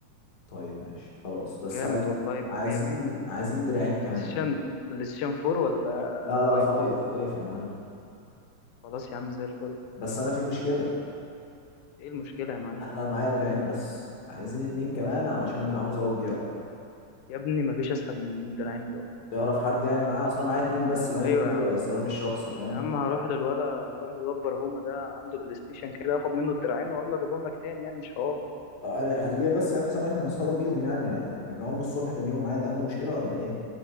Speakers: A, on the left; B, on the left.
A: طيب ماشي خلاص بس
B: جامد
A: عايز
B: والله يبقى
A: عايزين
B: مية مية
A: عايزين دراعين كمان
B: بلايستيشن بلايستيشن فور ولا
A: لا لا
B: فايف
A: فايف فايف يا معلم
B: خلاص يا عم زي الفل
A: بس انا في مشكلة
B: ايه المشكلة يا معلم
A: انا معايا دراعين بس عايزين اتنين كمان علشان نلعبوا زوجي بقى
B: يا ابني ما فيش أسهل من الدراعين دول
A: تعرف حد يعني معايا اصل انا معايا اتنين بس اللي
B: أيوة
A: هم بتوع
B: يا عم
A: استخدام الشخصي فاهم
B: يا عم هروح للولا هروح للواد برهومة ده عنده بلاي ستيشن كده اخد منه الدراعين واقول له اجيبهم لك تاني يعني مش حوار
A: طيب خليه بس يعمل حساب ان احنا نسهروا بيهم يعني رجعوهم له الصبح تاني يوم عادي عنده مشكلة ولا ايه